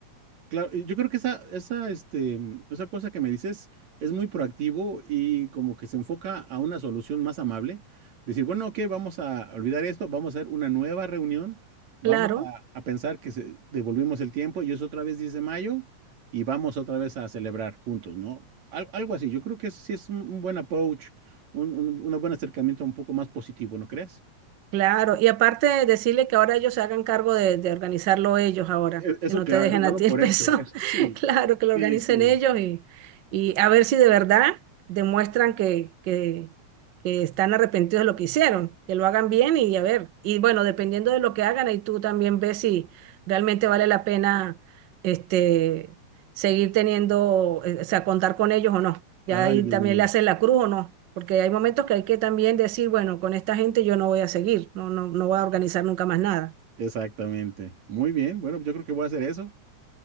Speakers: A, on the right; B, on the right.
A: Claro, y yo creo que esa, esa, este, esa cosa que me dices es muy proactivo y como que se enfoca a una solución más amable. Decir, bueno, ok, vamos a olvidar esto, vamos a hacer una nueva reunión, vamos
B: Claro.
A: a, a pensar que se- devolvimos el tiempo y es otra vez 10 de mayo y vamos otra vez a celebrar juntos, ¿no? Al- algo así, yo creo que eso sí es un, un buen approach, un, un, un buen acercamiento un poco más positivo, ¿no crees?
B: Claro, y aparte de decirle que ahora ellos se hagan cargo de, de organizarlo ellos ahora,
A: E- Eso
B: que no
A: claro,
B: te dejen
A: dalo
B: a ti
A: por
B: el peso,
A: hecho, eso sí,
B: <laughs> claro, que lo
A: sí,
B: organicen
A: sí.
B: ellos y, y a ver si de verdad demuestran que, que, que están arrepentidos de lo que hicieron, que lo hagan bien y a ver, y bueno, dependiendo de lo que hagan, ahí tú también ves si realmente vale la pena este, seguir teniendo, eh, o sea, contar con ellos o no.
A: Ay,
B: Ya ahí
A: Dios
B: también
A: mío.
B: le hacen la cruz o no, porque hay momentos que hay que también decir, bueno, con esta gente yo no voy a seguir, no, no, no voy a organizar nunca más nada.
A: Exactamente. Muy bien. Bueno, yo creo que voy a hacer eso.